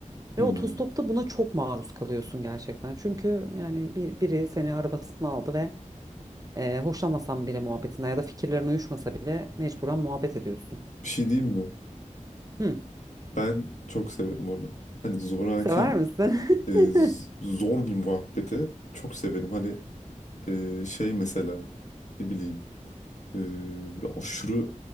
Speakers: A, on the left; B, on the right.
A: Hmm.
B: Ve otostopta buna çok maruz kalıyorsun gerçekten. Çünkü yani bir, biri seni arabasına aldı ve ee, hoşlanmasan bile muhabbetine ya da fikirlerin uyuşmasa bile mecburen muhabbet ediyorsun.
A: Bir şey diyeyim mi?
B: Hı,
A: Ben çok severim onu. Hani zoraki
B: sever misin?
A: e, z-
B: <laughs>
A: zor bir muhabbeti çok severim. Hani e, şey mesela ne bileyim Ee, böyle aşırı